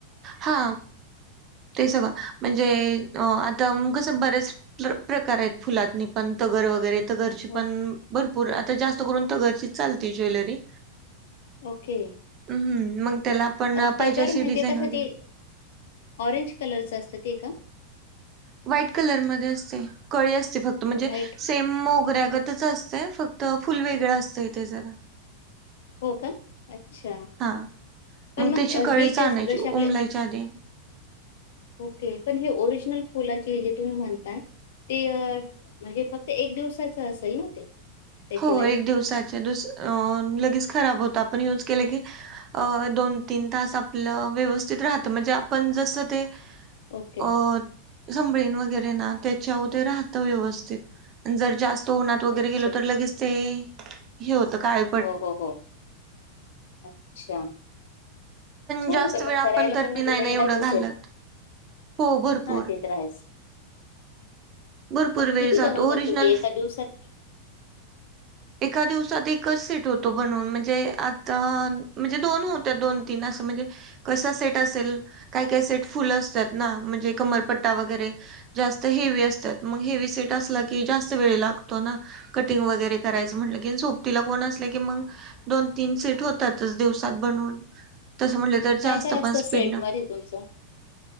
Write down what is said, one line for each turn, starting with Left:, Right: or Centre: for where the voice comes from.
Right: हा ते सगळं म्हणजे अं आता म कस बरेच प्रकार हेत फुलात नी पण तगरं वैगरे तगरची
Left: हो,
Right: पण भरपूर आता जास्त करून तगरचीच चालती ज्वेलरी.
Left: ओके.
Right: हूं मग त्याला आपण
Left: अ,
Right: पाहिजे
Left: तगर
Right: अशी
Left: म्हणजे
Right: डिझाईन
Left: कस
Right: वगैरे
Left: ते ऑरेंज कलरच असत ते का?
Right: व्हाईट कलरमध्ये असतय कळी असती फक्त म्हणजे
Left: व्हाईट
Right: सेम मोगऱ्यागत. च असतय फक्त फुल वेगळं असतंय ते जरा.
Left: हो का अच्छा.
Right: हा
Left: पण
Right: मग त्याची
Left: अ,
Right: कळीच
Left: हे जे
Right: आणायची
Left: जसे
Right: उमलायच्या
Left: आपले
Right: आधी.
Left: ओके पण हे ओरिजिनल फुलाचे हे तुम्ही म्हणताय. ते म्हणजे फक्त एक दिवसाच असेल ना ते. त्याची
Right: हो
Left: लाईफ?
Right: एक दिवसाचे दुस अ लगेच खराब होता आपण यूज केलं की. अ दोन तीन तास आपलं व्यवस्थित राहत म्हणजे आपण जसं ते.
Left: ओके.
Right: अ! संभळीन वगैरे ना त्याच्याव ते राहतं व्यवस्थित न जर जास्त उन्हात वगैरे
Left: अच्छा.
Right: गेलो. तर लगेच ते. हे होतं काय.
Left: हो हो हो अच्छा. छान
Right: जास्त
Left: हे पण
Right: वेळ
Left: मग
Right: आपण
Left: करायला
Right: तरी
Left: पण म्हणजे
Right: नाही
Left: मेहनत
Right: ना एवढं
Left: असेल.
Right: घालत हो भरपूर.
Left: हां, ते तर आहेच.
Right: भरपूर
Left: मग
Right: वेळ
Left: किती
Right: जातो
Left: बनवतात
Right: ओरिजिनल
Left: तुम्ही एका दिवसात?
Right: एका दिवसात एकच सेट होतो बनून म्हणजे, आता म्हणजे दोन होत्या दोन तीन असं म्हणजे. कसा सेट असेल काय, काय सेट फुल असतात ना म्हणजे कमरपट्टा वगैरे. जास्त हेवी असतात मंग हेवी सेट असला की जास्त वेळ लागतो ना कटिंग वैगेरे. करायाचं म्हटल की न सोबतीला कोण असल की मंग दोन तीन सेट होतातच दिवसात बनून. तसं म्हटलं तर
Left: काय
Right: जास्त
Left: काय असतं
Right: पण स्पीड
Left: सेट
Right: ना.
Left: मध्ये तुमचं